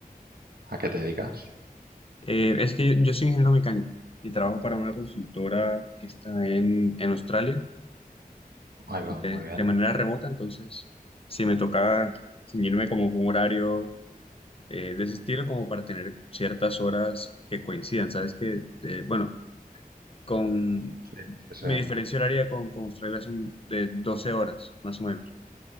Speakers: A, on the right; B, on the left.
A: ¿A qué te dedicas?
B: Eh, es que yo, yo soy ingeniero mecánico y trabajo para una consultora que está en, en Australia
A: Ahí va,
B: de,
A: muy bien.
B: de manera remota, entonces sí me toca ceñirme como un horario eh, de ese estilo como para tener ciertas horas que coincidan. Sabes que, eh, bueno, con
A: Sí, sí,
B: mi
A: sí.
B: diferencia horaria con, con Australia son de 12 horas, más o menos.